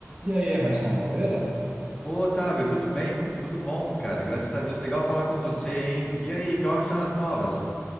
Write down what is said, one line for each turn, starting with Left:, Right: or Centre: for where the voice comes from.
Right: E aí, Emerson, beleza?
Left: Ô, Otávio, tudo bem? Fa- Tudo bom, cara? Graças a Deus, legal falar com você, hein? E aí, quais são as novas?